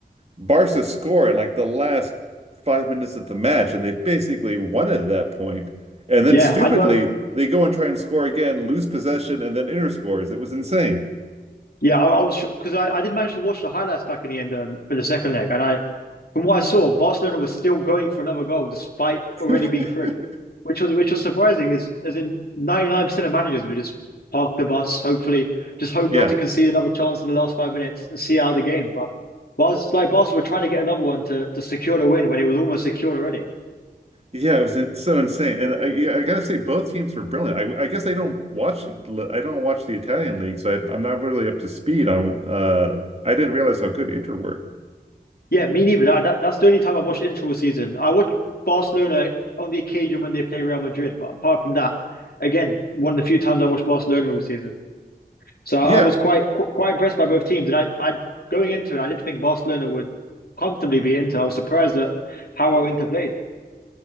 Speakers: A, on the right; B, on the left.
A: Barca score in like the last five minutes of the match, and they basically won it at that point. And then
B: Yeah,
A: stupidly,
B: I know.
A: they go and try and score again, lose possession, and then Inter scores. It was insane.
B: Yeah, I, I was because I, I did manage to watch the highlights back in the end um, for the second leg, and I From what I saw, Barcelona was still going for another goal despite
A: <laughs>
B: already being through, which was which was surprising. Is as in ninety nine percent of managers would just park the bus, hopefully, just hope
A: Yeah.
B: not to concede another chance in the last five minutes and see out the game. But Bar like Barcelona were trying to get another one to to secure the win when it was almost secured already.
A: Yeah, it was in- so insane. And I yeah, I gotta say both teams were brilliant. I I guess I don't watch I don't watch the Italian league, so I, I'm not really up to speed on uh I didn't realize how good Inter were.
B: Yeah, me neither. That, that, that's the only time I've watched Inter all season. I watch Barcelona on the occasion when they play Real Madrid, but apart from that, again, one of the few times I watched Barcelona all season. So
A: Yeah,
B: I was quite qu- quite impressed by both teams, and I, I going into it, I did think Barcelona would comfortably be Inter. I was surprised at how well Inter played.